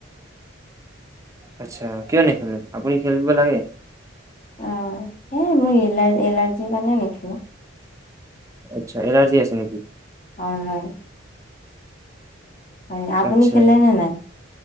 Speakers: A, on the right; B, on the left.
A: আচ্ছা, কিয় নেখেলে? আপুনি খেলিব লাগে।
B: অ এই মই এলাৰ এলাৰ্জিৰ কাৰণে নেখেলো
A: আচ্ছা এলাৰ্জি আছে নেকি?
B: হয় হয়। হয়। আপুনি
A: আচ্ছা
B: খেলে নে নাই?